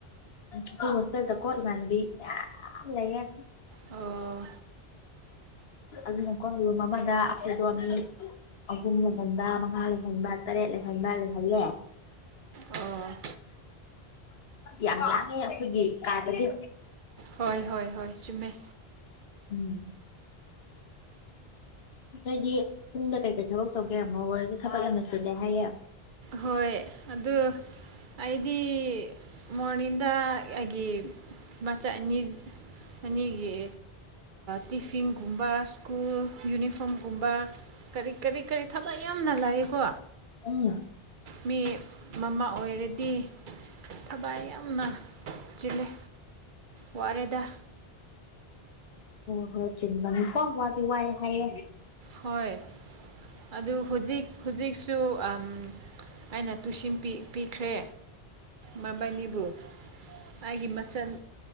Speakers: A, on the left; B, on the right.
A: ꯑꯈꯣꯏ ꯍꯣꯁꯇꯦꯜꯗꯀꯣ ꯏꯃꯥꯟꯅꯕꯤ ꯃꯌꯥꯝ ꯂꯩꯌꯦ
B: ꯑꯣ
A: ꯑꯗꯨꯅꯀꯣ ꯔꯨꯝ ꯑꯃꯗ ꯑꯩꯈꯣꯏꯗꯣ ꯃꯤ ꯑꯍꯨꯝ ꯂꯩꯍꯟꯕ ꯃꯉꯥ ꯂꯩꯍꯟꯕ ꯇꯔꯦꯠ ꯂꯩꯍꯟꯕ ꯂꯩꯍꯜꯂꯦ
B: ꯑꯣ
A: ꯌꯥꯝ ꯂꯥꯡꯉꯦ ꯑꯩꯈꯣꯏꯒꯤ ꯀꯥꯗꯗꯤ
B: ꯍꯣꯏ ꯍꯣꯏ ꯍꯣꯏ ꯆꯨꯝꯃꯦ
A: ꯎꯝ ꯅꯣꯏꯗꯤ ꯌꯨꯝꯗ ꯀꯩꯀꯩ ꯊꯕꯛ ꯇꯧꯒꯦ ꯃꯧ ꯑꯣꯏꯔꯁꯨ ꯊꯕꯛ ꯌꯥꯝꯅ ꯆꯜꯂꯦ ꯍꯥꯏꯌꯦ
B: ꯍꯣꯏ ꯑꯗꯨ ꯑꯩꯗꯤ ꯃꯣꯔꯅꯤꯡꯗ ꯑꯩꯒꯤ ꯃꯆꯥ ꯑꯅꯤ ꯑꯅꯤꯒꯤ ꯇꯤꯐꯤꯟꯒꯨꯝꯕ ꯁ꯭ꯀꯨꯜ ꯌꯨꯅꯤꯐꯣꯔꯝꯒꯨꯝꯕ ꯀꯔꯤ ꯀꯔꯤ ꯀꯔꯤ ꯊꯕꯛ ꯌꯥꯝꯅ ꯂꯩꯌꯦꯀꯣ
A: ꯑꯝ
B: ꯃꯤ ꯃꯃꯥ ꯑꯣꯏꯔꯗꯤ ꯊꯕꯛ ꯌꯥꯝꯅ ꯆꯤꯜꯂꯦ ꯋꯥꯔꯦꯗꯥ
A: ꯍꯣꯏ ꯍꯣꯏ ꯆꯤꯟꯕꯅꯤꯀꯣ ꯋꯥꯗꯤ ꯋꯥꯏ ꯍꯥꯏꯌꯦ
B: ꯍꯣꯏ ꯑꯗꯨ ꯍꯨꯖꯤꯛ ꯍꯨꯖꯤꯛꯁꯨ ꯑꯝ ꯑꯩꯅꯥ ꯇꯨꯏꯁꯤꯟ ꯄꯤ ꯄꯤꯈ꯭ꯔꯦ ꯃꯕꯥꯅꯤꯕꯨ ꯑꯩꯒꯤ ꯃꯆꯟ